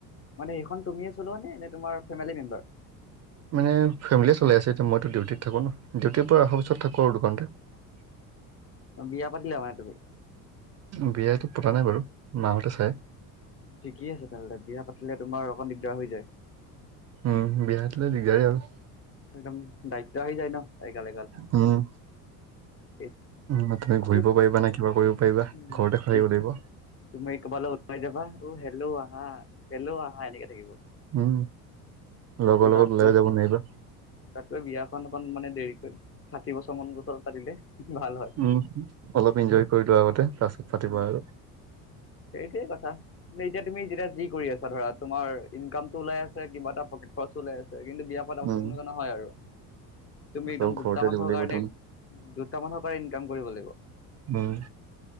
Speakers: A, on the left (about 30°); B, on the right (about 35°).
A: মানে এইখন তুমিয়ে চলোৱা নে? নে তোমাৰ ফেমিল মেমবাৰ?
B: মানে ফেমিলিয়ে চলাই আছে এতিয়া। মইতো ডিউটিত থাকোঁ ন। ডিউটিৰ পৰা অহা পিছত থাকোঁ আৰু দোকানতে। <inaudible>
A: বিয়া পাতিলা মানে তুমি?
B: বিয়তো পতা নাই বাৰু মাহঁতে চায়।
A: ঠিক আছে তেনেহ'লে, বিয়া পাতিলে তোমাৰ অকণ দিগদাৰ হৈ যায়।
B: উম, বিয়া পাতিলে দিগদাৰে আৰু।
A: একদম দায়িত্ব আহি যায় ন। এগাল এগাল
B: উম।
A: এত
B: উম, তুমি ঘূৰিব
A: এত
B: পাৰিবা নে কিবা কৰিব পাৰিবা!
A: উম,
B: ঘৰতে সুমাই
A: এত
B: থাকিব লাগিব।
A: তুমি কবালৈ ওলাই যাবা, অ' হেল্ল' আহা, হেল্ল' আহা এনেকে থাকিব।
B: উম, লগৰ
A: ত'
B: লগত
A: তাতকৈ
B: ওলাইও যাব নোৱাৰিবা।
A: তাতকৈ বিয়াখন অকন মানে দেৰিকৈ, ষাঠি বছৰমান বয়সত পাতিলে ভাল হয়।
B: উম। অলপ ইনজয় কৰি লোৱা আগতে, তাৰপিছত পাতিবা
A: উম
B: আৰু।
A: সেইটোৱে কথা। এনে এতিয়া তুমি যেতিয়া যি কৰি আছা ধৰা, তোমাৰ ইনকাম টো ওলাই আছে কিবা এটা প্ৰকেট খৰচো ওলাই আছে। কিন্তু বিয়া- পতা পিছত
B: উম
A: তেনেকুৱা নহয় আৰু। তুমি একদম
B: চব
A: দুটা
B: ঘৰতে
A: মানুহৰ
B: দিব লাগিব
A: কাৰণে,
B: তুমি
A: দুটা মানুহৰ কাৰণে ইনকাম কৰিব লাগিব।
B: উম